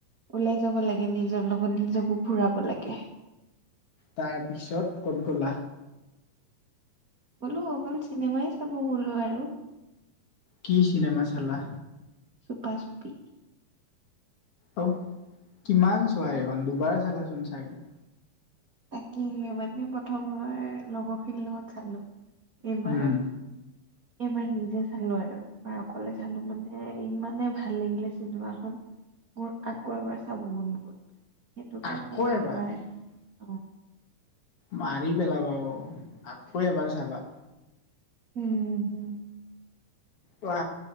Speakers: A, on the right (about 60°); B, on the left (about 50°).
A: ওলাই যাব লাগে নিজৰ লগত নিজকো ঘুৰাব লাগে।
B: তাৰপিছত ক'ত গলা?
A: গ'লো অকল চিনেমাই চাব গ'লো আৰু।
B: কি চিনেমা চালা?
A: চুপা-চুপি।
B: অ', কিমান চোৱা এইখন দুবাৰ চালাচোন চাগে।
A: তাকে মানে প্ৰথমবাৰ লগৰখিনিৰ লগত চালো। এইবাৰ
B: উম
A: এইবাৰ নিজে চালো আৰু। এবাৰ অকলে চালো মানে ইমানেই ভাল লাগিলে চিনেমাখন। মোৰ আকৌ এবাৰ চাব মন গ'ল। সেইটো কাৰণেই
B: আকৌ
A: এইবাৰ
B: এবাৰ
A: আহি
B: মাৰি পেলাবা অ', আকৌ এবাৰ চাবা।
A: উ, হোঁ।
B: উৱা,